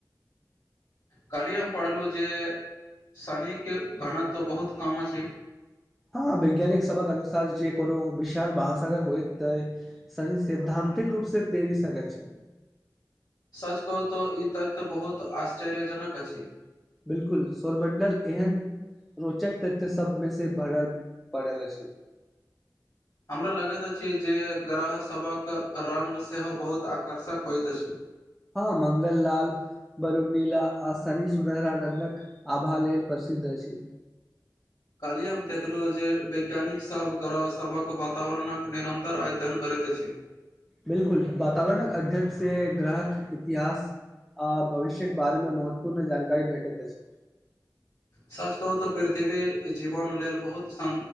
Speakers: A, on the left; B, in the centre.
A: कल्हि हम पढ़लहुँ जे शनिके घनत्व बहुत कम अछि
B: हँ वैज्ञानिक सभक अनुसार जे कोनो विशाल महासागर होइत तऽ शनि सैद्धान्तिक रूप से तैरि संरक्षण
A: सच कहू तऽ ई तथ्य बहुत आश्चर्यजनक अछि
B: बिलकुल स्वरमण्डल एहन रोचक तथ्य सब मे से भरल पड़ल अछि
A: हमरा लगैत अछि जे ग्रहसभक संग सेहो बहुत आकर्षक होइत अछि
B: हँ मंगल लाल बरु नीला आ शनि सुन्दहरा रङ्गक आभा लेल प्रसिद्ध अछि
A: काल्हि हम देखलु जे वैज्ञानिक सभ ग्रह सभक वातावरणक निरन्तर अध्ययन करैत अछि
B: बिलकुल वातावरणक अध्यत से ग्राहक इतिहास आ भविष्य के बारेमे मे महत्वपूर्ण जानकारी भेटैत अछि
A: सच कहू तऽ पृथ्वी जीवन लेल बहुत स